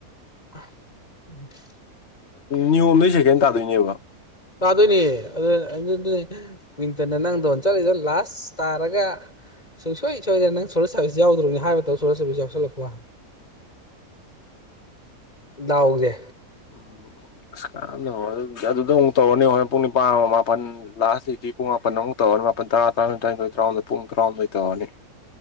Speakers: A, on the left (about 25°); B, on the left (about 50°).
A: <inaudible>
B: ꯅꯤꯌꯣꯝꯗꯣꯏ ꯁꯦꯀꯦꯟ ꯇꯥꯗꯣꯏꯅꯦꯕ꯫
A: ꯇꯥꯗꯣꯏꯅꯦ ꯑꯗꯨ ꯑꯗꯨ ꯀꯋꯤꯟꯇꯔꯅ ꯅꯪꯗꯧ ꯆꯠꯂꯤꯗ ꯂꯥꯁ ꯇꯥꯔꯒ꯫ ꯁꯨꯡꯁꯣꯏ ꯁꯣꯏꯦ ꯅꯪ ꯁꯣꯂꯔ ꯁꯥꯔꯚꯤꯁ ꯌꯥꯎꯗ꯭ꯔꯕꯅꯤ ꯍꯥꯏꯕ ꯃꯇꯝꯧ ꯁꯣꯂꯔ ꯁꯥꯔꯚꯤꯁ ꯌꯥꯎꯁꯜꯂꯛꯄ꯫ ꯗꯥꯎꯁꯦ꯫
B: ꯎꯝ ꯑꯁ ꯀꯥꯟꯗ ꯋꯥꯅꯤ ꯑꯗꯨꯗ ꯑꯃꯨꯛ ꯇꯧꯔꯅꯤ ꯍꯣꯔꯦꯟ ꯄꯨꯡ ꯅꯤꯄꯥꯟ ꯃꯥꯄꯟ꯫ ꯂꯥꯁ ꯗꯤꯇꯤ ꯄꯨꯡ ꯃꯥꯄꯟ ꯅꯛ ꯇꯧꯔꯅꯤ ꯇꯥꯥ ꯄꯨꯡ ꯇꯔꯥꯍꯨꯝꯗꯣꯏ ꯇꯧꯔꯅꯤ꯫